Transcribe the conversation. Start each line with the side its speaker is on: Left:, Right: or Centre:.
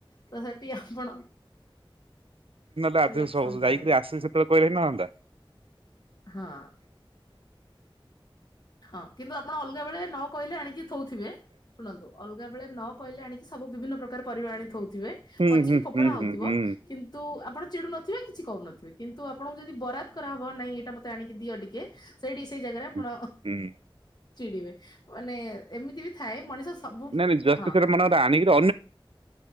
Left: ତ ସେଠି ଆପଣ
Right: ଆସିଲ
Left: ରିଆକ୍ସନ
Right: ସେତେବେଳେହିଲେ
Left: ଦେବେ
Right: ହେଇ ନହାନ୍ତା।
Left: ହଁ ହଁ କିନ୍ତୁ ଆପଣ ଅଲଗା ବେଳେ ନ ନ କହିଲେ। ଆଣିକି ଥୋଉଥିବେ। ସୁଣନ୍ତୁ ଆଲାଗବେଲେ ନକାହିଲେ ସବୁ ବିଭିନ ପ୍ର ପ୍ରକାର ପରିବା ଆଣିଥଉଥିବେ
Right: ହୁଁ
Left: ପଚିକି
Right: ହୁଁ
Left: ଫୋଡା
Right: ହୁଁ ହୁଁ
Left: ହଉଥିବ
Right: ହୁଁ ହୁଁ
Left: କିନ୍ତୁ ଆପଣ ଚିଡୁ ନଥିବେ କିଛି କହୁନଥିବେ। କିନ୍ତୁ ଆପଣଙ୍କୁ ଯଦି ବରାଦ କରାହବ ନାଇଁ ଏଇଟା ମତେ ଆଣିକି ଦିଅ ଟିକେ। ସେଇଠି ସେଇ ଜାଗାରେ ଆପଣ
Right: ହୁଁ। ହୁଁ
Left: ଚିଡିବେ ମାନେ ଏମିତି ବି ଥାଏ ମଣିଷ ସବୁ
Right: ନାଇଁ ନାଇଁ ଜଷ୍ଟ
Left: ହଁ।
Right: ସେଟା ମନେକର ଆଣିକିରି